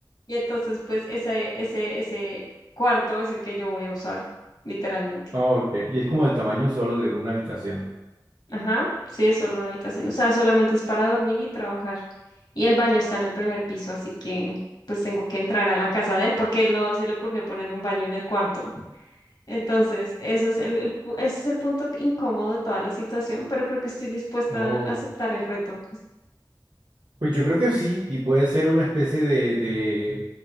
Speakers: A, on the left (about 65°); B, on the right (about 70°).
A: Y entonces pues ese, ese, ese cuarto es el que yo voy a usar, literalmente.
B: Ah, ok. Y es como el tamaño solo de una habitación.
A: Ajá, sí, es solo una habitación. O sea, solamente es para dormir y trabajar. Y el baño está en el primer piso, así que pues tengo que entrar a la casa de él porque él no se le ocurrió poner un baño en el cuarto. Entonces, eso es el, el pu- ese es el punto incómodo de toda la situación, pero creo que estoy dispuesta
B: Oh.
A: a aceptar el reto.
B: Pues yo creo que sí, y puede ser una especie de, de